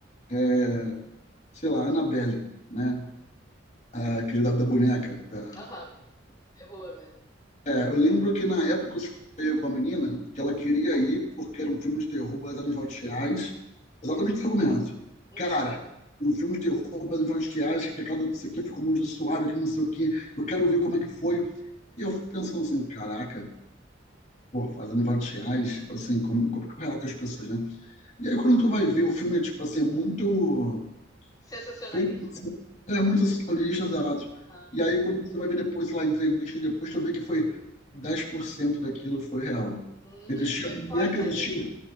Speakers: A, on the left (about 40°); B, on the left (about 20°).
A: é, sei lá, Annabelle, né? Aquele da, da boneca, da.
B: Aham. De terror, né?
A: É, eu lembro que na época eu falei com a menina que ela queria ir porque era um filme de terror baseado em fatos reais, exatamente esse argumento.
B: Uhum.
A: Cara, um filme de terror baseado em fatos reais, que a casa disso aqui ficou amaldiçoado, que não sei o quê, eu quero ver como é que foi. E eu fico pensando assim, caraca, pô, baseado em fatos reais, assim, como, como é que eu relato as pessoas, né? E aí, quando tu vai ver o filme, é tipo assim, é muito
B: Sensacionalista.
A: feito, então é muito assim, exato.
B: Aham.
A: E aí, quando você vai ver depois, sei lá, entrevista, depois tu vê que foi 10% daquilo foi real.
B: Uhum.
A: Existia
B: Foi
A: boneca,
B: só a ideia.
A: existia,